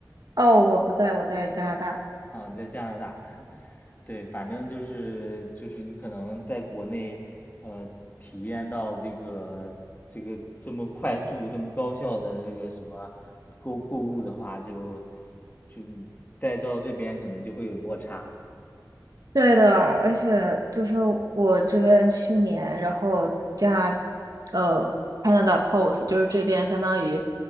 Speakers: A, on the right; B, on the left.
A: 哦，我不在，我在加拿大。
B: 哦，你在加拿大。对，反正就是就是你可能在国内，呃，体验到这个这个这么快速、这么高效的这个什么购购物的话，就就你再到这边可能就会有落差。
A: 对的，而且就是我这边去年，然后加，呃，Canada Post，就是这边相当于